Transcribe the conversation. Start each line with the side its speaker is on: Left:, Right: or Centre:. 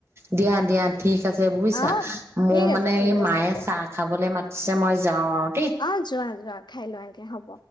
Right: দিয়া <unintelligible> ঠিক আছে বুজিছা
Left: অ
Right: মোৰ
Left: ঠিক
Right: মানে
Left: আছে ঠিক
Right: এই
Left: আছে
Right: মায়ে
Left: দিয়া
Right: চাহ খাবলৈ মাতিছে মই যাওঁ আৰু দেই।
Left: অ', যোৱা যোৱা খাই লোৱাগে হ'ব।